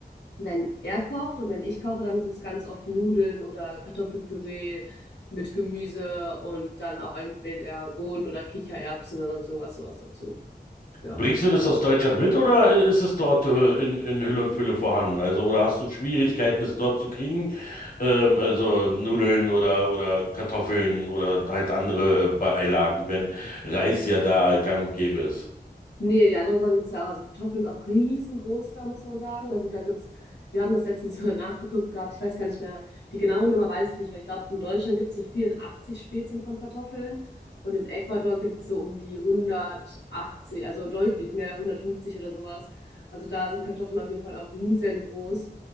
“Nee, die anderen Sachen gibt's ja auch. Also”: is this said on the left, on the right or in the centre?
Left